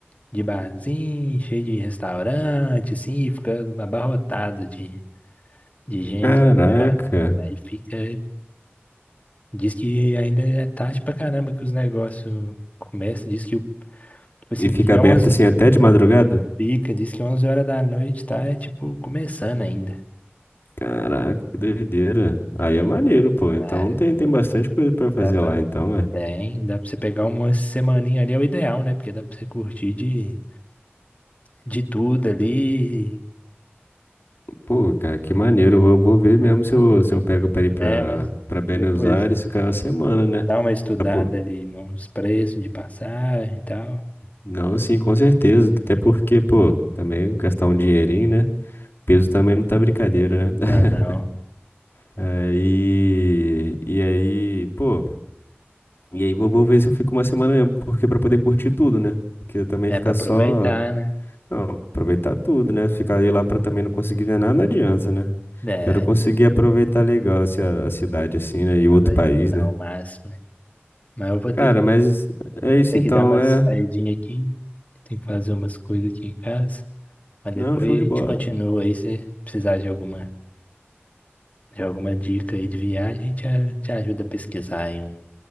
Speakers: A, on the left (about 35°); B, on the left (about 60°).
A: de barzinho, cheio de restaurante, assim, e fica abarrotado de, de gente,
B: Caraca.
A: tá ligado? Aí fica, diz que ainda é tarde pra caramba que os negócios começam, diz que, tipo assim,
B: E fica
A: que
B: aberto
A: 11
B: assim até de madrugada?
A: fica, diz que 11 horas da noite tá, é, tipo, começando ainda.
B: Caraca, que doideira. Aí
A: É,
B: é maneiro, pô.
A: ah,
B: Então tem, tem bastante coisa pra fazer
A: dá pra
B: lá, então, é.
A: Tem, dá pra você pegar uma semaninha ali, é o ideal, né? Porque dá pra você curtir de, de tudo ali,
B: Pô, cara, que maneiro. Eu vou ver mesmo se eu, se eu pego pra ir pra,
A: né? Mas
B: pra Buenos
A: depois
B: Aires ficar uma semana, né?
A: dá uma estudada
B: Pra po-
A: ali nos preços de passagem e tal.
B: Não, sim, com certeza. Até porque, pô, também gastar um dinheirinho, né? Peso também não tá brincadeira, né? <laughs>
A: Ah, não.
B: Aí. E aí, pô. E aí vou vou ver se eu fico uma semana mesmo, porque pra poder curtir tudo, né? Porque também
A: É
B: ficar
A: pra aproveitar,
B: só.
A: né?
B: Não, aproveitar tudo, né? Ficar aí lá pra também não conseguir ver nada, não adianta, né?
A: É,
B: Quero conseguir
A: aí
B: aproveitar legal assim, a, a cidade, assim, né? E outro
A: aproveitar
B: país, né?
A: ao máximo, né? Mas eu vou
B: Cara,
A: ter que,
B: mas é isso
A: ter
B: então,
A: que dar uma
B: é.
A: saidinha aqui. Tem que fazer umas coisas aqui em casa. Mas
B: Não,
A: depois
B: show de
A: a
B: bola.
A: gente continua aí. Se precisar de alguma, de alguma dica aí de viagem, a gente a- te ajuda a pesquisar aí um